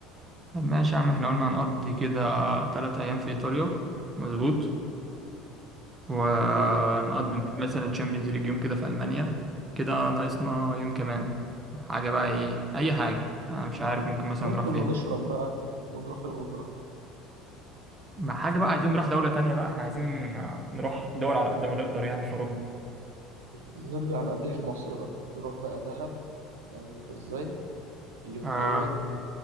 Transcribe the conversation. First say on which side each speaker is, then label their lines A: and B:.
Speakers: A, on the right; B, on the right.
A: طب ماشي يا عم احنا قلنا هنقضي كده تلات أيام في إيطاليا مظبوط ونقضي
B: بالظبط
A: مثلا تشامبيونز ليج يوم كده في ألمانيا كده ناقصنا يوم كمان حاجة بقى إيه أي حاجة أنا مش عارف ممكن مثلا
B: ناكل
A: نروح فين
B: ونشرب بقى ونروح الأوبرا
A: ما حاجة بقى عايزين نروح دولة تانية بقى احنا عايزين آه، نروح دول على قد ما نقدر يعني في أوروبا
B: نرجع نقضيه في مصر بقى نروح بقى دهب فاهم انت ازاي اليوم
A: آه
B: دوت